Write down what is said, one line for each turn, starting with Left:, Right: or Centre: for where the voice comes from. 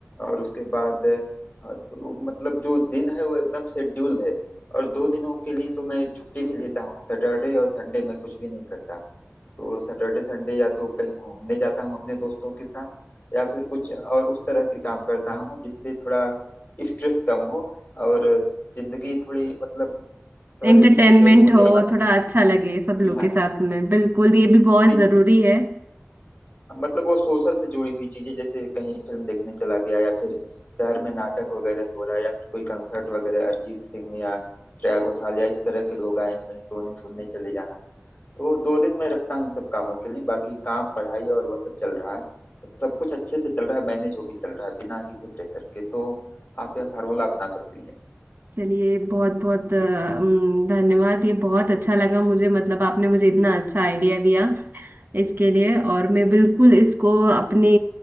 Left: और उसके बाद अ, वो मतलब जो दिन है वो एकदम शेड्यूल है और दो दिनों के लिए तो मैं छुट्टी भी लेता हूँ सैटरडे और संडे मैं कुछ भी नहीं करता तो सैटरडे संडे या तो कहीं घूमने जाता हूँ अपने दोस्तों के साथ या फिर कुछ और उस तरह के काम करता हूँ जिससे थोड़ा स्ट्रेस कम हो और जिंदगी थोड़ी मतलब समझ
Right: एंटरटेनमेंट
Left: लीजिए कि खेल कूद
Right: हो
Left: या बाकी
Right: थोड़ा
Left: चीजें
Right: अच्छा लगे सब लोग
Left: जी हाँ
Right: के साथ में बिल्कुल ये भी बहुत
Left: जी
Right: जरूरी
Left: जी जी
Right: है
Left: मतलब वो सोशल से जुड़ी हुई चीजें जैसे कहीं फिल्म देखने चला गया या फिर शहर में नाटक वगैरह हो रहा है या फिर कोई कंसर्ट वगैरह अरिजीत सिंह या श्रेया घोषाल या इस तरह के लोग आए हुए हैं तो उन्हें सुनने चले जाना तो दो दिन मैं रखता हूँ इन सब कामों के लिए बाकी काम पढ़ाई और वह सब चल रहा है तो सब कुछ अच्छे से चल रहा है मैनेज होके चल रहा है बिना किसी प्रेशर के तो आप यह फार्मूला अपना सकती हैं
Right: चलिए बहुत बहुत अ, उम, धन्यवाद ये बहुत अच्छा लगा मुझे मतलब आपने मुझे इतना अच्छा आइडिया दिया इसके लिए और मैं बिल्कुल इसको अपने